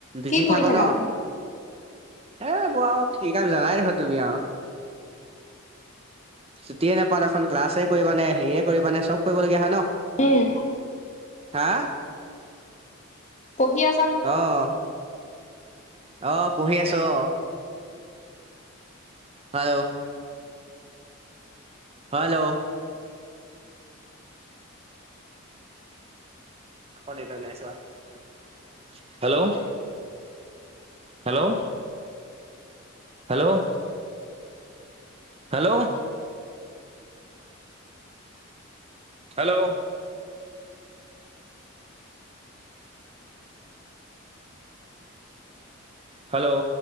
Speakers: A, on the right (about 25°); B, on the left (about 35°).
A: বিজি
B: কি কৰি
A: থাকো
B: থাকানো
A: ন। এ এইবোৰ আও কি কাম জানাই দেখোন তুমি আও। ছুটিয়ে নাপাওঁ দেখোন ক্লাছে কৰিবানে, হেৰিয়ে কৰিবানে চব কৰিবলগীয়া হয় ন।
B: উম!
A: হা!
B: পঢ়ি আছা নে?
A: অঁ! অঁ! পঢ়ি আছোঁ অ। হেল্ল'! হেল্ল'! আকৌ নেটৱৰ্ক নাই চোৱা। Hello! Hello! Hello! <inaudible> Hello! Hello! Hello!